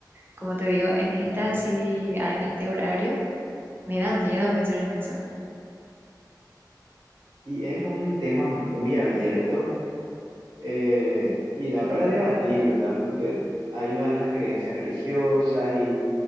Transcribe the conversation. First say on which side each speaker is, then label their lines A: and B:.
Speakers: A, on the right (about 25°); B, on the right (about 75°).
A: como te digo, en esta así, a este horario, me da miedo pensar en eso.
B: Y es un tema muy abierto Eh, y da para debatir, ¿verdad? Porque ahí van las creencias religiosas y